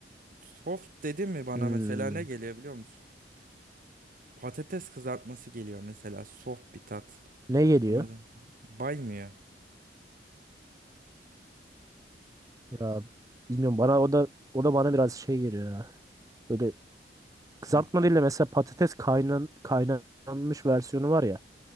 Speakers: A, on the right; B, on the right.
A: Soft dedin mi bana
B: hmm,
A: mesela ne geliyor biliyor musun? Patates kızartması geliyor mesela soft bir tat.
B: ne geliyor?
A: Anladım. Baymıyor.
B: Ya bilmiyorum bana o da o da bana biraz şey geliyor ya. Böyle kızartma
A: Hı.
B: değil de mesela patates kaynan, kaynanmış versiyonu var ya.